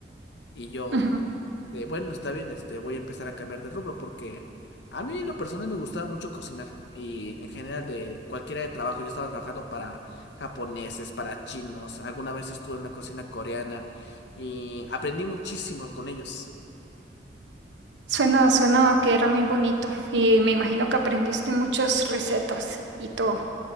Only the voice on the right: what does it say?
Ujú.
Suena, suena que era muy bonito y me imagino que aprendiste muchas recetas y todo.